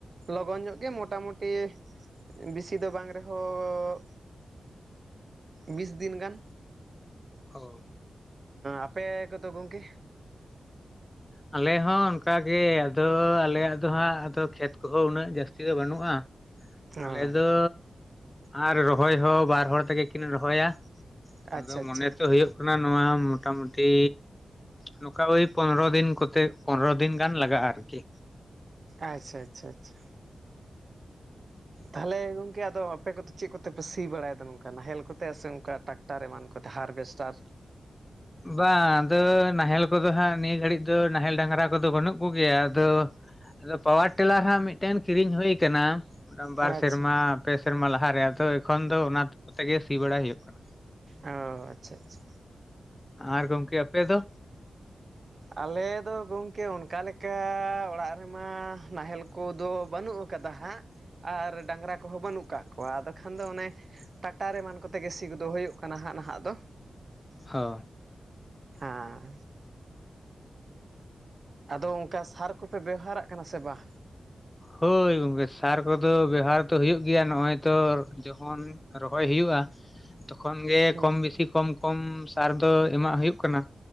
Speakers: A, on the right; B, on the left.
A: ᱞᱚᱜᱚᱱ ᱧᱚᱜ ᱜᱮ ᱢᱚᱴᱟᱢᱩᱴᱤ ᱵᱮᱥᱤ ᱫᱚ ᱵᱟᱝ ᱨᱮᱦᱚᱸᱻ ᱵᱤᱥ ᱫᱤᱱ ᱜᱟᱱ
B: ᱚ
A: ᱟᱯᱮ ᱠᱚᱫᱚ ᱜᱚᱝᱠᱮ?
B: ᱟᱞᱮ ᱦᱚᱸ ᱚᱱᱠᱟᱜᱮ ᱟᱫᱚ ᱟᱞᱮᱭᱟᱜ ᱫᱚ ᱦᱟᱸᱜ ᱟᱫᱚ ᱠᱷᱮᱛ ᱠᱚᱦᱚᱸ ᱩᱱᱟᱹᱜ ᱡᱟᱹᱥᱛᱤ ᱫᱚ ᱵᱟᱹᱱᱩᱜ-ᱟ᱾
A: ᱦᱚᱸ
B: ᱟᱞᱮ ᱫᱚ ᱟᱨ ᱨᱚᱦᱚᱭ ᱦᱚᱸ ᱵᱟᱨ ᱦᱚᱲ ᱛᱮᱜᱮ ᱠᱤᱱ ᱨᱚᱦᱚᱭᱟ᱾
A: ᱟᱪᱪᱷᱟ
B: ᱟᱫᱚ ᱢᱚᱱᱮ
A: ᱟᱪᱪᱷᱟ
B: ᱛᱚ ᱦᱩᱭᱩᱜ ᱱᱚᱶᱟ ᱢᱚᱴᱟ ᱢᱩᱴᱤ ᱱᱚᱠᱟ ᱳᱭ ᱯᱚᱱᱨᱚ ᱫᱤᱱ ᱠᱷᱚᱱ ᱠᱚᱛᱮ ᱯᱚᱱᱨᱚ ᱫᱤᱱ ᱜᱟᱱ ᱞᱟᱜᱟᱜᱼᱟ ᱟᱨᱠᱤ
A: ᱟᱪᱪᱷᱟ ᱟᱪᱪᱷᱟ ᱟᱪᱪᱷᱟ ᱛᱟᱦᱚᱞᱮ ᱜᱚᱝᱠᱮ ᱟᱫᱚ ᱟᱯᱮ ᱠᱚᱫᱚ ᱪᱮᱫ ᱠᱚᱛᱮᱯᱮ ᱥᱤ ᱵᱟᱲᱟᱭᱫᱟ ᱱᱚᱝᱠᱟ ᱱᱟᱦᱮᱞ ᱠᱚᱛᱮ ᱥᱮ ᱚᱱᱠᱟ ᱴᱟᱠ ᱴᱟᱨ ᱮᱢᱟᱱ ᱠᱚᱛᱮ ᱦᱟᱨᱵᱷᱮᱥᱴᱟᱨ
B: ᱵᱟᱝ ᱟᱫᱚ ᱱᱟᱦᱮᱞ ᱠᱚᱫᱚ ᱦᱟᱸᱜ ᱱᱤᱭᱟᱹ ᱜᱷᱟᱹᱲᱤᱡ ᱫᱚ ᱱᱟᱦᱮᱞ ᱰᱟᱝᱨᱟ ᱠᱚᱫᱚ ᱵᱟᱹᱱᱩᱜ ᱠᱚᱜᱮᱭᱟ ᱟᱫᱚ ᱟᱫᱚ ᱯᱟᱣᱟᱨ ᱴᱮᱞᱟᱨ ᱦᱟᱸᱜ ᱢᱤᱫᱴᱮᱱ ᱠᱤᱨᱤᱧ ᱦᱳᱭ ᱟᱠᱟᱱᱟ ᱵᱟᱨ
A: ᱟᱪᱪᱷᱟ
B: ᱥᱮᱨᱢᱟ
A: ᱦᱩᱸ
B: ᱯᱮ ᱥᱮᱨᱢᱟ ᱞᱟᱦᱟᱨᱮ ᱟᱫᱚ ᱮᱠᱷᱚᱱ ᱫᱚ ᱚᱱᱟ ᱠᱚᱛᱮ ᱜᱮ ᱥᱤ ᱵᱟᱲᱟᱭ ᱦᱩᱭᱩᱜ ᱠᱟᱱᱟ᱾
A: ᱚ ᱟᱪᱪᱷᱟ ᱟᱪᱪᱷᱟ
B: ᱟᱨ ᱜᱚᱢᱠᱮ ᱟᱯᱮ ᱫᱚ
A: ᱟᱞᱮ ᱫᱚ ᱜᱚᱢᱠᱮ ᱚᱱᱠᱟ ᱞᱮᱠᱟ ᱚᱲᱟᱜ ᱨᱮᱢᱟ ᱱᱟᱦᱮᱞ ᱠᱚᱫᱚ ᱵᱟᱹᱱᱩᱜ ᱟᱹᱠᱟᱫᱟ ᱦᱟᱸᱜ ᱟᱨ ᱰᱟᱝᱨᱟ ᱠᱚᱦᱚᱸ ᱵᱟᱹᱱᱩᱜ ᱠᱟᱜ ᱠᱚᱣᱟ ᱟᱫᱚ ᱠᱷᱟᱱ ᱫᱚ ᱚᱱᱮ ᱴᱟᱠᱴᱟᱨ ᱮᱢᱟᱱ ᱠᱚᱛᱮᱜ ᱜᱮ ᱥᱤ ᱠᱚ ᱫᱚ ᱦᱩᱭᱩᱜ ᱠᱟᱱᱟ ᱦᱟᱸᱜ ᱱᱟᱦᱟᱜ ᱫᱚ
B: ᱦᱚ
A: ᱦᱮᱸ ᱟᱫᱚ ᱚᱱᱠᱟ ᱥᱟᱨ ᱠᱚᱯᱮ ᱵᱮᱣᱦᱟᱨᱟᱜ ᱠᱟᱱᱟ ᱥᱮ ᱵᱟᱝ
B: ᱦᱳᱭ ᱜᱚᱝᱠᱮ ᱥᱟᱨ ᱠᱚᱫᱚ ᱵᱮᱣᱦᱟᱨ ᱫᱚ ᱦᱩᱭᱩᱜ ᱜᱮᱭᱟ ᱱᱚᱜᱼᱚᱭ ᱛᱚ ᱡᱚᱠᱷᱚᱱ ᱨᱚᱦᱚᱭ ᱦᱩᱭᱩᱜᱳᱼᱟ ᱛᱚᱠᱷᱚᱱ ᱜᱮ
A: ᱦᱩᱸ
B: ᱠᱚᱢ ᱵᱮᱥᱤ ᱠᱚᱢ ᱠᱚᱢ ᱥᱟᱨ ᱫᱚ ᱮᱢᱟᱜ ᱦᱩᱭᱩᱜ ᱠᱟᱱᱟ